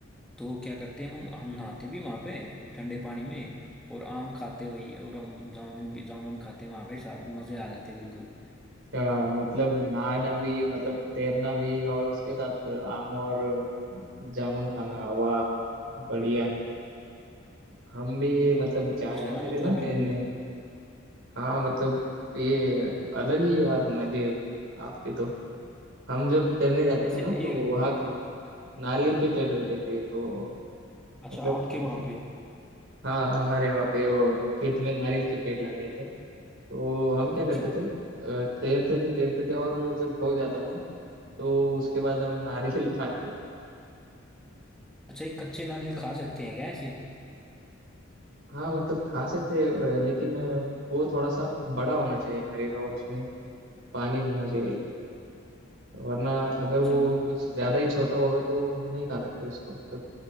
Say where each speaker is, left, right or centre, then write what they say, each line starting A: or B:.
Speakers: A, in the centre; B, on the right.
A: तो क्या करते हैं हम हम नहाते भी वहां पे ठंडे पानी में और आम खाते वही और हम जामुन भी जामुन खाते वहां पे साथ मजे आ जाते बिल्कुल
B: क्या मतलब नहाना भी मतलब तैरना भी और उसके साथ आम और जामुन खाना वाह बढ़िया हम भी मतलब
A: कुछ
B: जा जाते
A: है ना मतलब
B: थे ना
A: बिल्कुल
B: तैरने हाँ मतलब ये अलग ही यार मजे आपके तो हम जब तैरने जाते
A: जैसे
B: थे ना तो
A: ये
B: वहां पे नारियल के पेड़ रहते थे तो
A: अच्छा
B: मतलब
A: आपके वहां
B: <laughs>
A: पे
B: हाँ हमारे वहाँ पे वो खेत में नारियल के पेड़ लगाए थे तो हम क्या
A: अच्छा
B: करते थे अ, तैरते थे तैरते थे और जब हो जाता था तो उसके बाद हम नारियल <laughs> खाते
A: अच्छा ये कच्चे नारियल खा सकते हैं क्या ऐसे
B: हाँ मतलब खा सकते हैं अ, लेकिन अ, वो थोड़ा सा बड़ा होना चाहिए नारियल और उसमें पानी होना चाहिए वरना अगर
A: अच्छा
B: वो
A: बस
B: कुछ ज्यादा ही छोटा होगा तो हम नहीं खा सकते उसको मतलब